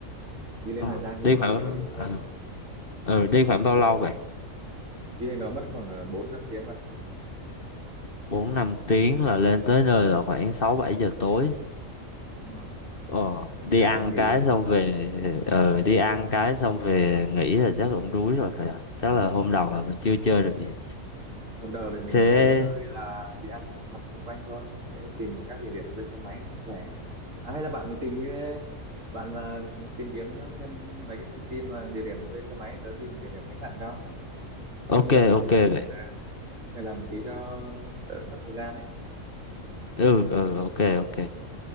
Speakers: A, on the right; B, on the left.
A: đi lên
B: ờ,
A: Hà Giang thì
B: đi khoảng
A: mình chỉ có đi ô
B: ờ,
A: tô thôi
B: ừ, đi khoảng bao lâu vậy?
A: đi lên đó mất khoảng 4 5 tiếng bạn ạ
B: bốn năm tiếng là lên tới nơi là khoảng 6 7 giờ tối.
A: đúng rồi
B: Ờ,
A: mình
B: đi
A: à,
B: ăn
A: nghỉ
B: cái
A: ăn
B: xong về ờ, đi ăn cái xong về nghỉ là chắc cũng đuối rồi phải không? Chắc là hôm đầu là mình chưa chơi được gì.
A: hôm đầu thì mình
B: Thế
A: à, đến nơi là đi ăn vặt xung quanh thôi đấy, tìm các địa điểm thuê xe máy rẻ à, hay là bạn tìm cái bạn à, tìm kiếm cái- thêm mấy cái thông tin mà địa điểm thuê xe máy tớ tìm địa điểm khách sạn cho
B: ok
A: mỗi người tìm
B: ok
A: à,
B: vậy.
A: à, mỗi người làm tí cho đỡ mất thời gian ấy
B: Ừ ừ ok ok.